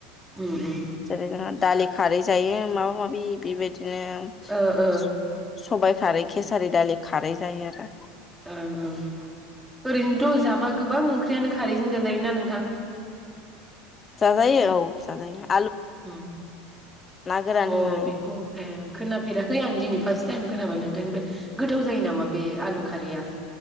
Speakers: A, in the centre; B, on the left.
A: उम उम
B: जेरै जोंहा दालि खारै जायो माबा माबि बेबायदि बिदिनो
A: ओ
B: स सबाय खारै खेसारि दालि खारै जायो आरो
A: ओं ओं ओरैनोथ' जाबा गोबां ओंख्रियानो खारैजों जाजायोना नोंथां
B: साजायो औ साजायो
A: अ
B: गोरान
A: अ
B: होनानै
A: बेखौ उम खोनाफेराखै आं दिनै फार्स्ट टाइम खोनाबाय नोंथांनि बे गोथाव जायो नामा बे आलु खारैया